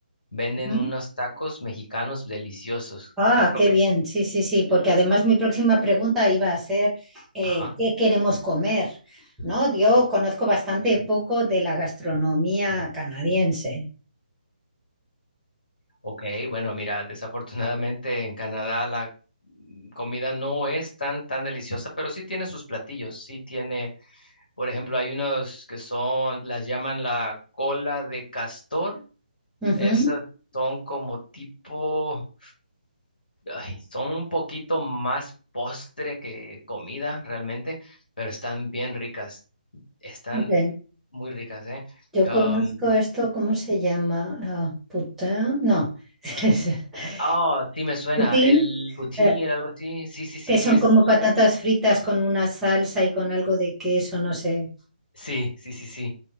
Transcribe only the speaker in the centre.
Ujú.
Ah,
qué
bien, sí, sí, sí, porque además mi próxima pregunta iba a ser, eh,
¿qué queremos comer? ¿No? Yo conozco bastante poco de la gastronomía canadiense.
Ujú,
ok.
Yo
conozco esto, ¿cómo se llama? Ah, putin, no, <laughs>
Putin.
eh,
que son
como patatas fritas con una salsa y con algo de queso, no sé.